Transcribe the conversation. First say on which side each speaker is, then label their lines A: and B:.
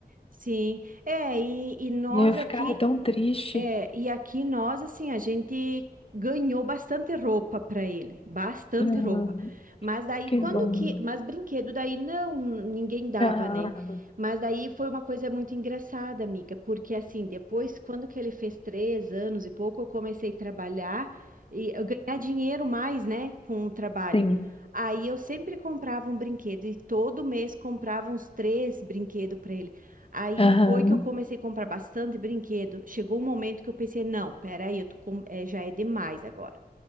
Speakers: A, on the right (about 55°); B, on the left (about 35°).
A: sim. É, e, e nós
B: E eu ficava
A: aqui,
B: tão triste.
A: É, e aqui nós, assim, a gente ganhou bastante roupa para ele, bastante
B: Aham,
A: roupa. Mas daí,
B: que
A: quando
B: bom.
A: que. Mas brinquedo, daí não, ninguém dava,
B: Aham,
A: né? Mas daí foi uma coisa muito engraçada, amiga, porque assim, depois, quando que ele fez três anos e pouco, eu comecei a trabalhar e eu ganhar dinheiro mais, né, com o trabalho.
B: sim.
A: Aí eu sempre comprava um brinquedo e todo mês comprava uns três brinquedos para ele. Aí
B: Aham.
A: foi que eu comecei a comprar bastante brinquedo. Chegou um momento que eu pensei, não, peraí, eu tô com- é, já é demais agora,